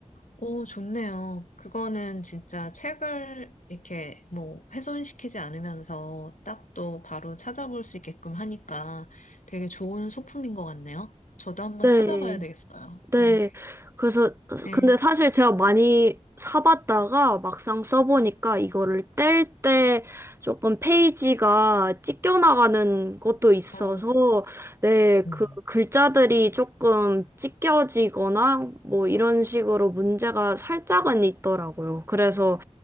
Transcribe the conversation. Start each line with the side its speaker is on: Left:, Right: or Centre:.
Left: 오, 좋네요. 그거는 진짜 책을 이렇게 뭐 훼손시키지 않으면서 딱 또 바로 찾아볼 수 있게끔 하니까 되게 좋은 소품인 것 같네요. 저도 한번
Right: 네.
Left: 찾아봐야 되겠어요.
Right: 네.
Left: 네.
Right: 그래서,
Left: 네.
Right: 근데 사실 제가 많이 사봤다가 막상 써보니까 이거를 뗄 때 조금 페이지가 찢겨나가는 것도 있어서,
Left: 어,
Right: 네,
Left: 음.
Right: 그 글자들이 조금 찢겨지거나 뭐 이런 식으로 문제가 살짝은 있더라고요. 그래서,